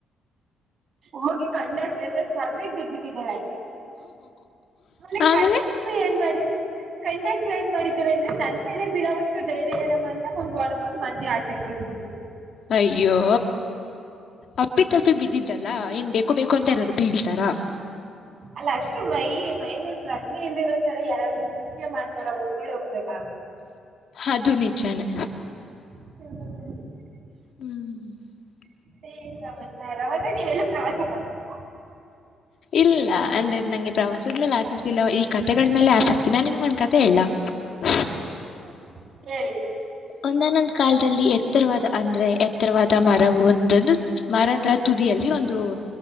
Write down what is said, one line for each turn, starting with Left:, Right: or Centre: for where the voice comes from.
Right: ಹೋಗಿ ಕಂಡೆಕ್ಟರ್ ಸರಿಗ್ ಬಿದ್ದಬಿಟ್ಟಿದ್ದಳೆ ಕಂಡೆಕ್ಟರ್
Left: ಆಮೇಲೆ
Right: ಏನ್ ಮಾಡಿ ಕಂಡಕ್ಟರ್ ಏನ್ ಮಾಡ ಅಂದ್ರೆ ನನ್ಮೇಲೆ ಬೀಳೋಸ್ಟ್ ಸ್ಟ ದೈರ್ಯ ಏನಮ್ಮ ಅಂತ ಒಂದ್ ಹೊಡೆದ್ಬಿಟ್ಟು ಮತ್ತೆ ಆಚೆ ಕಳಿಸಸ್ಬಿಟ್ರು
Left: ಅಯ್ಯೋ ಅಪ್ಪಿ ತಪ್ಪಿ ಬಿದ್ದಲ್ಲಾ ಏನ್ ಬೇಕು ಬೇಕು ಕೊಂದರರು ಬೀಳಿತಾರಾ
Right: ಅಲ್ಲ ಅಷ್ಟು ಮೈ ಮೈನಲ್ ಪ್ರಜ್ಞೆ ಇಲ್ದಿರೋತಾರೆ ಯಾರಾದ್ರೂ ನೃತ್ಯ ಮಾಡ್ತಾರ ಹೊರ್ಗಡೆ ಹೋದಾಗ
Left: ಅದು ನಿಜಾನೇ
Right: ಹ್ಮ
Left: ಹ್ಮ್ <unintelligible>
Right: ಮತ್ತೆ ಏನ್ ಸಮಾಚಾರ ಅಂದ್ರೆ ನೀವೆಲ್ಲ ಪ್ರವಾಸಕ್ ಹೋಗಿದ್ದ
Left: ಇಲ್ಲ ಅಂದ್ರೆ ನಂಗೆ ಪ್ರವಾಸದ ಮೇಲೆ ಆಸೆ ಇಲ್ಲ ಈ ಕಥೆಗಳ ಮೇಲೆ ಆಸಕ್ತಿನ ನಿಮ್ಗ ಒಂದ್ ಕತೆ ಹೇಳಲ್ಲಾ ಹಾ
Right: ಹ ಹೇಳಿ
Left: ಒಂದನ್ನೊಂದು ಕಾಲದಲ್ಲಿ ಎತ್ತರವಾದ ಅಂದ್ರೆ ಎತ್ತರವಾದ ಮರವು ಒಂದಂದು ಮರದ ತುದಿಯಲ್ಲಿ ಒಂದು